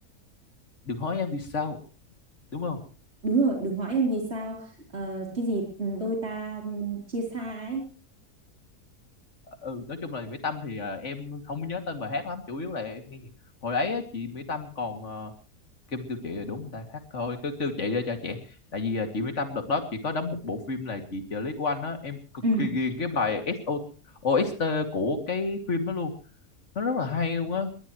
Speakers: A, on the left; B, on the right.
A: đừng hỏi em vì sao đúng không
B: đúng rồi đừng hỏi em vì sao ờ, cái gì đôi ta chia xa ấy
A: ừ nói chung là Mỹ Tâm thì ờ, em không nhớ tên bài hát lắm chủ yếu là em nghe nhạc hồi đấy á, chị Mỹ Tâm còn ờ, kim kêu chị là đúng người ta thắt thôi cứ kêu chị ra cho chị tại vì à, chị Mỹ Tâm đợt đó chị có đóng một bộ phim là chị trợ lý của anh á em cực
B: ừ
A: kỳ ghiền cái bài SO OST của cái phim đó luôn nó rất là hay luôn á